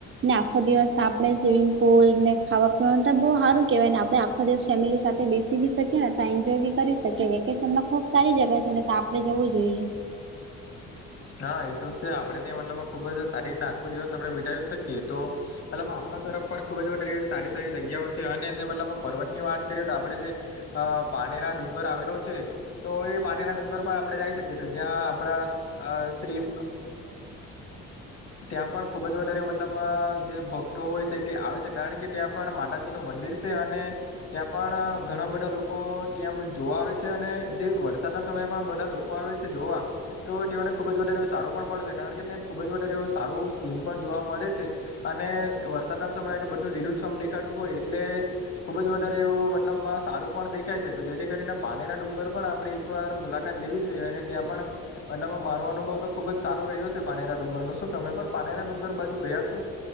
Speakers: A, on the right; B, on the left.
A: ને આખો દિવસ આપણે સ્વિમિંગ પુલ ને ખાવા પીવાનું તો બહુ સારું કેહેવાય ને આપડે. ધ ફેમિલી સાથે બેસી બ શકીએ ને ત્યા એન્જોય બી શકીએ વેકેશનમાં ખૂબ સારી જગ્યા છેને તા. આપણે જવું જોઈએ.
B: હ. હા એ તો છે આપડે ત્યાં મતલબ ખુબ જ સારી રીત આખો દિવસ આપડણે વિતાાવી શકીએ તો. મતલબ આપણા તરફ પણ ખૂબ જ વધારે એવી સારી સારી જગ્યાઓ છે અને જે મતલબ પર્વત ની વાત કરીએ તો આપણે જે. અ પાનેરા ડુંગર આવેલો છે. તો એ પાણીના ડુંગર પણ આપણે જઈ શકીએ છીએ જ્યાં આપડા શ્રી. ત્યાં પણ ખુબ જ વધારે મતલબમાં જે ભક્તો હોય છે તે આવે છે કારણ કે ત્યાં પણ માતાજી ન મંદિર છે. સ આને. ત્યાં પણ ઘણા બધા લોકો ત્યાં જોવા આવે છે અને જે વરસાદના સમયે પણ બધા લોકો તું આવે છે જોવા. ને ખૂબ જ વધારે એવું સારું પણ પડશે કારણ કે ત્યાં ખુબ જ વધારે એવું સારું સીન પણ જોવા મળે છે. અને વરસાદના સમયે તો બધું લીલું સમ દેખાતું હોય એટલે ખુબ જ વધારે એવું મતલબ સારું પણ દેખાય છે જેથી કરીને પાણીના ડુંગર પણ આપણે એક વાર મુલાકાત લેવી જોઈએ અને ત્યાં પણ એટલામાં મારો અનુભવ તો ખુબ જ સારો રહ્યો છે પાનેરા ડુંગર નનો શું તમે પણ પાનેરા ડુંગર બાજુ ગયા છો?